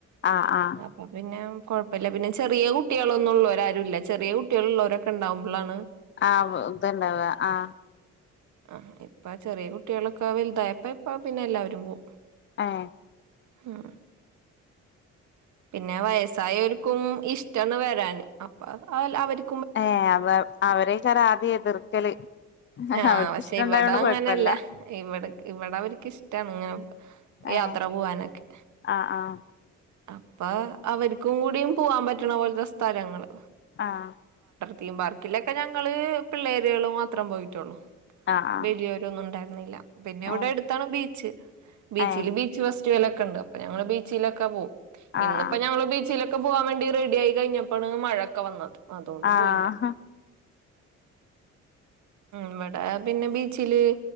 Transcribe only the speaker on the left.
ആഹ് ആഹ്
ആ ഇതണ്ടാവ ആ
ഏ
ഏ അത അവരെക്കറ ആദ്യ എതിർക്കല്
അവർക്ക്
ഇഷ്ടം
ഉണ്ടായോണ്ട്
കൊഴപ്പല്ല
ഏ
ആഹ് ആഹ്
ആഹ
ആഹ്
ആഹ്
ഏ ഏ
ആഹ്
ആഹ്
ആഹ്